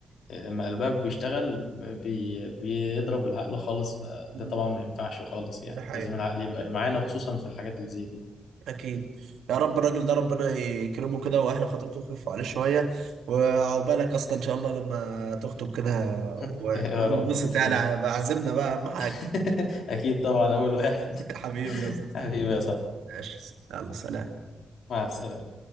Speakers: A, on the left (about 75°); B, on the right (about 80°).
A: آه، لما قلبها بيشتغل بي بيضرب العقل خالص فده
B: مم.
A: طبعا ما ينفعش خالص يعني
B: ده حقيقي
A: لازم العقل يبقى معانا خصوصا في الحاجات اللي زي دي
B: اكيد يا رب الراجل ده ربنا يكرمه كده واهل خطيبته يخفوا عليه شويه وعقبالك اصلا ان شاء الله لما تخطب كده و-
A: <laughs> يا
B: وننبسط
A: رب يا اخويا
B: يعني بعزمنا بقى اهم حاجه
A: <laughs> اكيد طبعا اول واحد
B: <laughs>
A: <laughs>
B: حبيبي يا اسطى
A: حبيبي يا صاحبي
B: ماشي. يلا سلام
A: مع السلامه